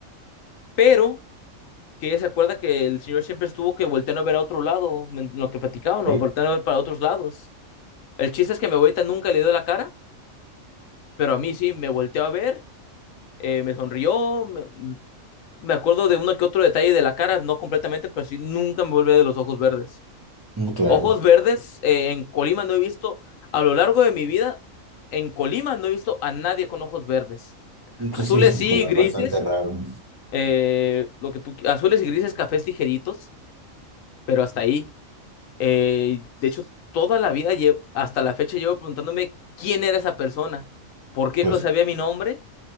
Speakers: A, on the left; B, on the right.
A: pero que ella se acuerda que el señor siempre estuvo que volteando a ver a otro lado, en lo que platicaban,
B: Ok,
A: o volteando a ver para otros lados. El chiste es que mi abuelita nunca le dio la cara, pero a mí sí me volteó a ver eh, me sonrió, me, me acuerdo de uno que otro detalle de la cara, no completamente, pero sí, nunca me volví de los ojos verdes.
B: Mm, claro.
A: Ojos verdes eh, en Colima no he visto, a lo largo de mi vida, en Colima no he visto a nadie con ojos verdes. Azules
B: Pues sí, es un
A: sí,
B: color
A: grises,
B: bastante raro.
A: eh, lo que tú, qui- azules y grises, cafés ligeritos, pero hasta ahí. Eh, de hecho, toda la vida, lle- hasta la fecha, llevo preguntándome quién era esa persona, por qué
B: Pues
A: co-
B: sí.
A: sabía mi nombre